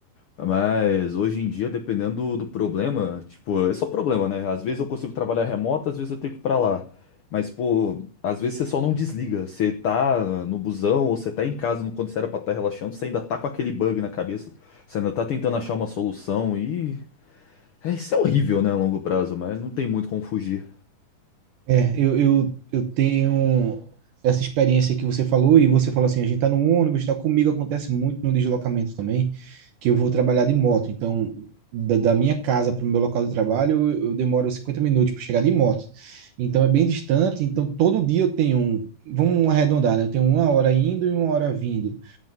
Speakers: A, on the left (about 75°); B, on the right (about 70°).
A: Mas hoje em dia, dependendo do, do problema, tipo, é só problema, né? Às vezes eu consigo trabalhar remoto, às vezes eu tenho que ir pra lá. Mas, pô, às vezes você só não desliga. Você tá no busão ou você tá em casa quando você era pra estar relaxando, você ainda tá com aquele bug na cabeça. Você ainda tá tentando achar uma solução e. É, isso é horrível, né, a longo prazo, mas não tem muito como fugir.
B: É, eu, eu, eu tenho essa experiência que você falou, e você falou assim, a gente tá no ônibus, tá comigo, acontece muito no deslocamento também, que eu vou trabalhar de moto, então, da, da minha casa para o meu local de trabalho, eu, eu demoro 50 minutos para chegar de moto, então é bem distante, então todo dia eu tenho, um- vamos arredondar, né? Eu tenho uma hora indo e uma hora vindo,